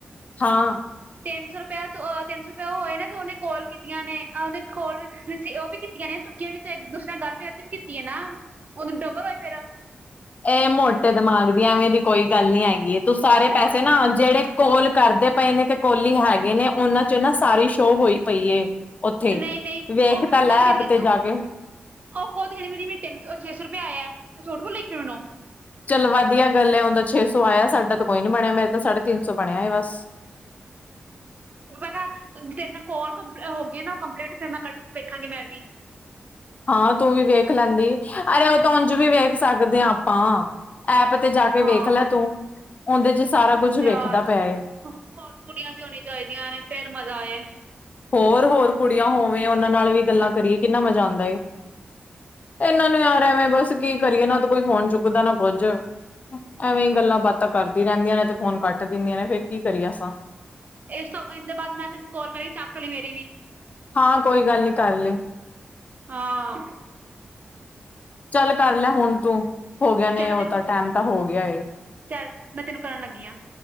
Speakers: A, on the left (about 40°); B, on the right (about 45°).
A: ਹਾਂ।
B: ਤਿੰਨ ਸੌ ਰੁਪਏ ਤਿੰਨ ਸੌ ਰੁਪਇਆ ਉਹ ਹੋਏ ਨਾ ਤੇ ਉਹਨੇ ਕੋਲ ਕੀਤੀਆਂ ਨੇ ਉਹਨੇ ਕੋਲ ਰਿ ਉਹ ਵੀ ਕੀਤੀਆ। ਨੇ ਚੁੱਕੀਆਂ ਵੀ ਤੇ ਇਕ ਦੂਸਰੇ ਨਾਲ ਗੱਲ ਫੇ ਤੇ ਵੀ ਕੀਤੀ ਹੈ ਨਾ ਉਨੂੰ ਡਬਰ ਹੋਏ ਤੇਰਾ-
A: ਇਹ ਮੋਟੇ ਦਿਮਾਗ ਦੀ ਐਵੇਂ ਦੀ ਕੋਈ ਗੱਲ ਨੀ ਹੈਗੀ ਤੂੰ
B: ਉਹ
A: ਸਾਰੇ ਪੈਸੇ
B: ਖੁਦ
A: ਨਾ ਜਿਹੜੇ ਕੋਲ ਕਰਦੇ ਪਏ ਨੇ ਤੇ ਕੋਲੀ ਹੈਗੇ ਨੇ ਉਹਨਾਂ ਚ ਨਾ ਸਾਰੀ ਸ਼ੋਅ ਹੋਈ ਪਈ ਉੱਥੇ
B: ਨਹੀਂ ਨਹੀਂ
A: ਵੇਖ
B: ਉਹ ਮੈਨੂੰ
A: ਤਾਂ
B: ਖੁਦ
A: ਲੈ
B: ਕਹਿਣਗੇ
A: ਐਪ ਤੇ ਜਾ ਕੇ।
B: ਉਹ ਖੁਦ ਕਿੰਹਦੀ ਵੀ ਮੇ ਤਿੰਨ ਸੌ, ਛੇ ਸੌ ਰੁਪਇਆ ਆਇਆ, ਤੋਂ ਝੂਠ ਬੋਲੇਗੀ ਮੈਨੂੰ ਓਹ।
A: ਚਲੋ ਵਧੀਆ ਗੱਲ ਉਦਾ ਛੇ ਸੌ ਆਇਆ ਸਾਡਾ ਤਾਂ ਕੋਈ ਨੀ ਬਣਿਆ ਮੇਰੇ ਤਾਂ ਸਾਢੇ ਤਿੰਨ ਸੌ ਬਣਿਆ ਬਸ
B: ਔ ਮੈਂ ਕਿਹਾ ਤੇਰੇ ਨਾਲ ਕਾੱਲ ਹੋ ਗਏ ਨਾ ਕੰਪਲੀਟ, ਫਿਰ ਮੈਂ ਕੱਢ ਵੇਖਾਂਗੀ ਮੈਂ ਵੀ
A: ਹਾਂ ਤੂੰ ਵੀ ਵੇਖ ਲੈਂਦੀ, ਅਰੇ ਉਹ ਤਾਂ ਉੰਝ ਵੀ ਵੇਖ ਸਕਦੇ ਹਾਂ ਆਪਾਂ। ਐਪ ਤੇ ਜਾ ਕੇ
B: ਹਾਂ
A: ਵੇਖ ਲੈ ਤੂੰ, ਉਹਦੇ ਚ ਸਾਰਾ ਕੁਛ ਵੇਖਦਾ
B: ਯਾਰ
A: ਪਿਆ ਏ।
B: ਹੋਰ ਕੁੜੀਆਂ ਵੀ ਹੋਣੀ ਚਾਹੀਦੀਆਂ ਨੇ, ਫੇਰ ਮਜ਼ਾ ਆਏ।
A: ਹੋਰ-ਹੋਰ ਕੁੜੀਆਂ ਹੋਵੇ, ਉਹਨਾਂ ਨਾਲ ਵੀ ਗੱਲਾਂ ਕਰੀਏ ਕਿੰਨਾ ਮਜ਼ਾ ਆਉਂਦਾ ਏ। ਇਹਨਾਂ ਨੂੰ ਯਾਰ ਐ ਮੈਂ ਬੱਸ ਕੀ ਕਰੀਏ, ਇਹ ਨਾ ਤੇ ਕੋਈ ਫੋਨ ਚੁੱਕਦਾ ਨਾ ਕੁੱਝ। ਐਵੇਂ ਹੀ ਗੱਲਾਂ ਬਾਤਾਂ ਕਰਦੀ ਰਹਿੰਦੀਆਂ ਨੇ ਤੇ ਫੋਨ ਕੱਟ ਦਿੰਦੀਆਂ ਨੇ ਫੇਰ ਕੀ ਕਰੀਏ ਸਾਂ
B: ਇਸ ਤੋਂ ਇਹਦੇ ਬਾਅਦ ਮੈਂ ਤੈਨੂੰ ਕਾਲ ਕਰੀ, ਚੱਕ ਲਈ ਮੇਰੀ ਵੀ।
A: ਹਾਂ ਕੋਈ ਗੱਲ ਨਹੀਂ, ਕਰ ਲਏ।
B: ਹਾਂ
A: ਚੱਲ ਕਰ ਲੈ, ਹੁਣ ਤੂੰ। ਹੋ ਗਿਆ ਨੇ,
B: ਚ ਮੈਂ
A: ਉਹ
B: ਤੈਨੂੰ
A: ਤਾਂ ਟੈਮ ਤਾਂ ਹੋ ਗਿਆ ਏ।
B: ਚੱਲ ਮੈਂ ਤੈਨੂੰ ਕਰਨ ਲੱਗੀ ਆ